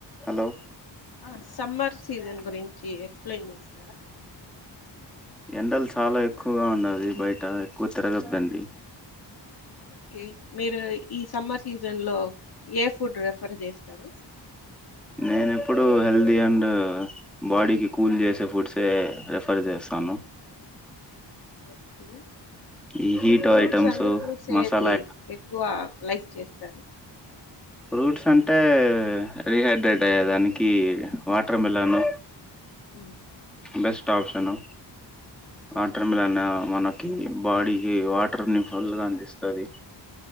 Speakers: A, in the centre; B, on the left.
A: hello
B: అస్ summer season గురించి explain చేస్తారా
A: ఎండలు చాలా ఎక్కువగా ఉన్నది బయట ఎక్కువ తిరగద్దండి
B: ఓకే మీరు ఈ సమ్మర్ సీజన్లో ఏ ఫుడ్ రెఫర్ చేస్తారు
A: నేను ఎప్పుడు హెల్దీ అండ్ బాడీకి కూల్ చేసే ఫుడ్సే రిఫర్ చేస్తాను
B: ఓకే
A: ఈ హీట్
B: ఫ్రూట్స్
A: ఐటమ్స్
B: అండి ఫ్రూట్స్
A: మసాలా
B: ఏది ఎక్కువ లైక్ చేస్తారు
A: ఫ్రూట్స్ అంటే రీహైడ్రేట్ అయ్యే దానికి వాటర్ మిలన్
B: ఉహు
A: best option
B: okay
A: water melon మనకి బాడీకి వాటర్ ని ఫుల్ అందిస్తది